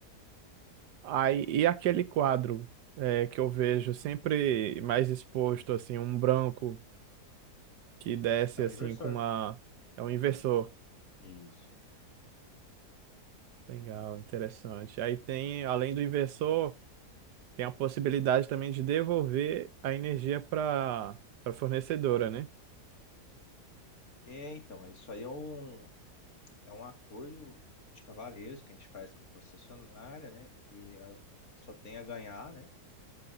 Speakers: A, on the right; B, on the left.
A: aí, e aquele quadro é, que eu vejo sempre mais exposto, assim, um branco que
B: Uhum.
A: desce
B: É um
A: assim
B: inversor.
A: com uma. É um inversor.
B: Isso.
A: Legal, interessante. Aí tem, além do inversor. Tem a possibilidade também de devolver a energia para a fornecedora, né?
B: É, então, isso aí é um, É um acordo de cavalheiros que a gente faz com a concessionária, né? Que ela só tem a ganhar, né?